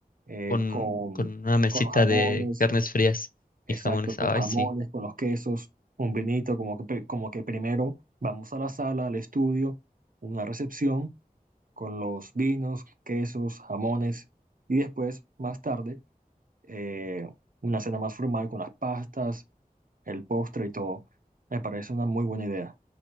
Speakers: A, on the right; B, on the left.
A: eh,
B: con,
A: con,
B: con una mesita
A: con los jamones,
B: de carnes frías
A: exacto,
B: y jamones.
A: con
B: Ay,
A: los jamones,
B: sí.
A: con los quesos, un vinito, como que, pe- como que primero vamos a la sala, al estudio, una recepción con los vinos, quesos, jamones y después, más tarde, eh, una cena más formal con las pastas, el postre y todo. Me parece una muy buena idea.